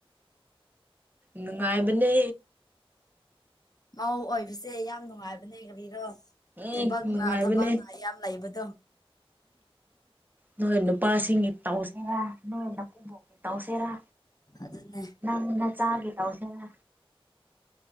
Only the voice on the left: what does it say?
ꯃꯧ ꯑꯣꯏꯕꯁꯦ ꯌꯥꯝ ꯅꯨꯡꯉꯥꯏꯕꯅꯦ ꯀꯔꯤꯔꯣ
ꯊꯕꯛꯅ
ꯊꯕꯛꯅ ꯌꯥꯝ ꯂꯩꯕꯗꯣ
ꯑꯗꯨꯅꯦ